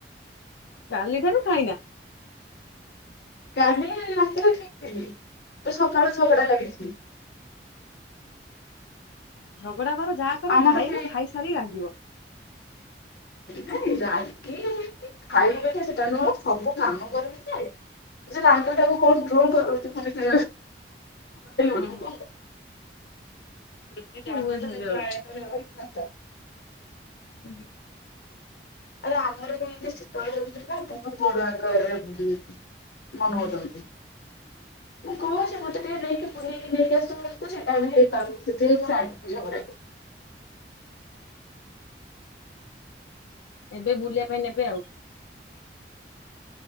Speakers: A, on the left; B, on the left.
A: କାଲି ଠାରୁ ଖାଇନା?
B: କାଲି ରାତିରେ ଠିକ ଥିଲି ଏ ସକାଳୁ ଝଗଡ଼ା ଲାଗିଚି।
A: ଝଗଡା କର ଯାହା କର
B: ଆମର
A: ଖାଇବ
B: ବି
A: ଖାଇସାରି ଲାଗିବ।
B: ନାଇଁ ରାଗି କି ଖାଇବୁ ଯଦି ସେଟା ନୁହଁ ସବୁ କାମ କରିବୁ ଯେ ରାଗଟାକୁ କଣ୍ଟ୍ରୋଲ କରନ୍ତୁ <unintelligible>
A: ଓହୋ
B: ଆ
A: ସେ ହୁଏ
B: ଦେ
A: ସେମିତି ବେଳେ
B: ଆ <unintelligible>
A: ଉ ହୁଁ।
B: ଆରେ ଆମର ବିତି ଶୀତ ରହୁ ନା ଆଙ୍କ ବୋଡ ଆରେରେ ରହୁ ମନ ହଉ <unintelligible> ମୁଁ କହୁଛି ମତେ ଟିକେ ନେଇକି ବୁଲେଇକି ନେଇକି ଆସୁୁ ସେଇଟା ଆ ହେଇପାରୁୁ ସେଥିଁ ଝଗଡା <unintelligible>
A: ଏବେ ବୁଲିବା ପାଇଁ ନେବେ ଆଉ।